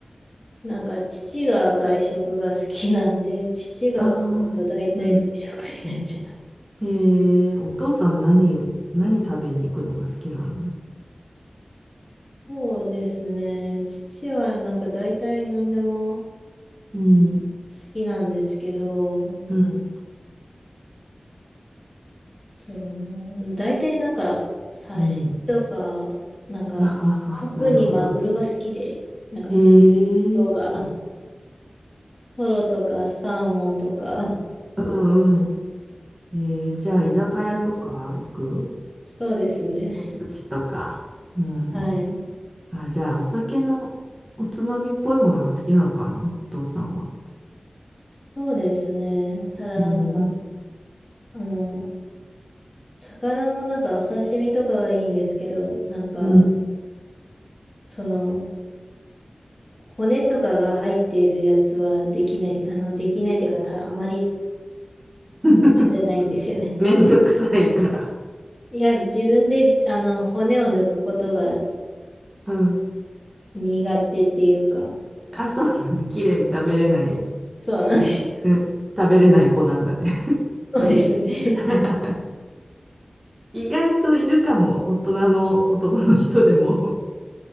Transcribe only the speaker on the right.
ああ、うん。ええお父さん何、何食べに行くのが好きなの
うん。
うん。
うん。
あはは、なるほど。
へ
え、
うんうん。ええじゃあ居酒屋とか行く
お寿司とか。うん。
あ、じゃあ、お酒のおつまみっぽいものが好きなのかな、お父さんは。
うん。
うん。
<laughs>
めんどくさいから。
うん。
あ、そうなんだ。綺麗に食べれない。
うん。食べれない子なんだね。
<laughs> 意外といるかも。大人の男の人でも。